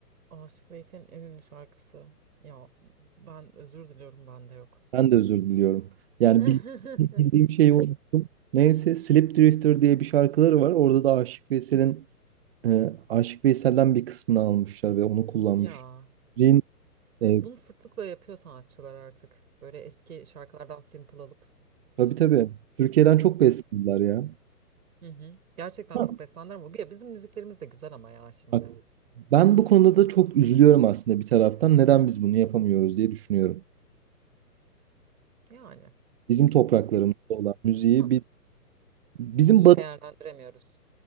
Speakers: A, on the right; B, on the right.
A: Aşık Veysel'in en ünlü şarkısı. Ya ben özür diliyorum bende yok.
B: Ben de özür diliyorum. Yani
A: <laughs>
B: bil- bildiğim şeyi unuttum. Neyse Slip Drifter diye bir şarkıları var. Orada da Aşık Veysel'in e, Aşık Veysel'den bir kısmını almışlar ve onu kullanmış.
A: Ya
B: Müziğin,
A: ve
B: e,
A: bunu sıklıkla yapıyor sanatçılar artık. Böyle eski şarkılardan sample alıp
B: tabii
A: işte
B: tabii. Türkiye'den çok
A: bak.
B: beslendiler ya.
A: Hı hı. Gerçekten
B: Ha.
A: çok beslendiler ama bir- bizim müziklerimiz de güzel ama ya şimdi.
B: Bak, Ben bu konuda da çok üzülüyorum aslında bir taraftan. Neden biz bunu yapamıyoruz diye düşünüyorum.
A: Yani
B: Bizim topraklarımızda
A: biz
B: olan müziği
A: ha,
B: biz bizim
A: iyi
B: batı
A: değerlendiremiyoruz.